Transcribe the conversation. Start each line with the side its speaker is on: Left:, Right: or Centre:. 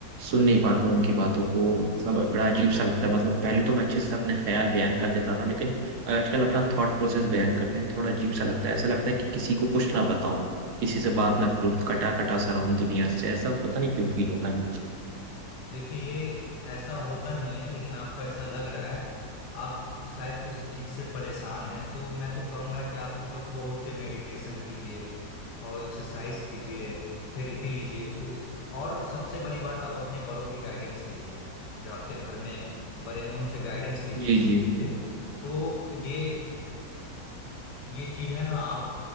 Right: सुन नहीं पाता हूँ उनकी बातों को सब बड़ा अजीब सा लगता है मतलब पहले तो मैं अच्छे से अपने ख्याल बयान कर देता था लेकिन आजकल अपना थॉट प्रोसेस बयान करने में थोड़ा अजीब सा लगता है ऐसा लगता है कि किसी को कुछ ना बताऊं किसी से बात ना करूं कटा कटा सा रहूं दुनिया से ऐसा पता नहीं क्यों फील होता है मुझे
Left: देखिए ये ऐसा होता नहीं है लेकिन आपको ऐसा लग रहा है आप शायद किसी चीज से परेशान हैं तो मैं तो कहूंगा कि आप सुबह सुबह उठ के मेडिटेशन कीजिए और एक्सरसाइज कीजिए थेरेपी लीजिए तो इस और सबसे बड़ी बात आप अपने बड़ों की गाइडेंस लीजिए जो आपके घर में बड़े हैं उनसे गाइडेंस लीजिए
Right: जी
Left: इस
Right: जी
Left: चीज पे तो ये ये चीज है ना आप